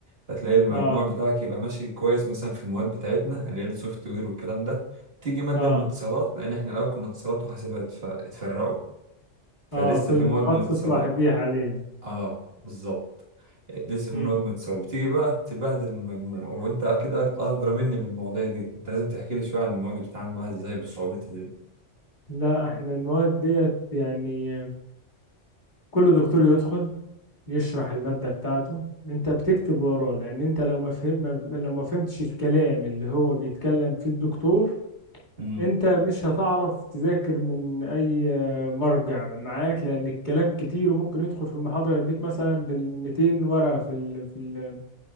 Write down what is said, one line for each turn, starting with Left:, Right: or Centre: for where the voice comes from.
Right: فتلاقي المجموع
Left: اه
Right: بتاعك يبقى ماشي كويس مثلا في المواد بتاعتنا اللي هي السوفت وير والكلام ده تيجي ماده
Left: اه
Right: من اتصالات لان احنا الاول كنا اتصالات وحاسبات فاتفرقوا فلسه
Left: اه كل
Right: في مواد
Left: تخصص
Right: من اتصالات
Left: واحد دي حاليا
Right: اه بالظبط لسه
Left: امم
Right: من وجهة نظر بتيجي بقى تبهدل المجموع وانت اكيد ادرى مني بالمواضيع دي انت لازم تحكي لي شويه عن المواد اللي بتتعامل معاها ازاي بصعوبتها دي
Left: لا احنا المواد ديت يعني كل دكتور يدخل يشرح المادة بتاعته انت بتكتب وراه لان انت لو ما فهم ما- لو ما فهمتش الكلام اللي هو بيتكلم فيه الدكتور
Right: امم
Left: انت مش هتعرف تذاكر من اي مرجع معاك لان الكلام كتير وممكن يدخل في المحاضرة يديك مثلا بالميتين ورقة في ال- في ال-